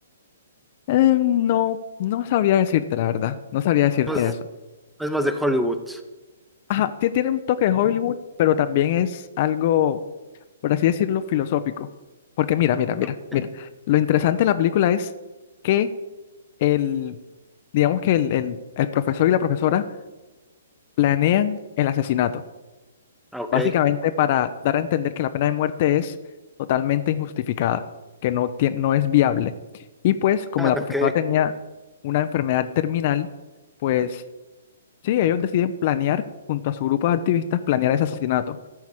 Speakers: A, on the left; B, in the centre.
A: Eh, no, no sabría decirte, la verdad. No sabría decirte
B: pues
A: eso.
B: es más de Hollywood.
A: Ajá, ti- tiene un toque de Hollywood, pero también es algo, por así decirlo, filosófico. Porque mira, mira, mira,
B: Ok.
A: mira. Lo interesante de la película es que el, digamos que el, el el profesor y la profesora planean el asesinato.
B: Ah, ok.
A: Básicamente para dar a entender que la pena de muerte es totalmente injustificada, que no, tie- no es viable. Y pues como
B: Ah,
A: la profesora
B: ok.
A: tenía una enfermedad terminal, pues sí, ellos deciden planear, junto a su grupo de activistas, planear ese asesinato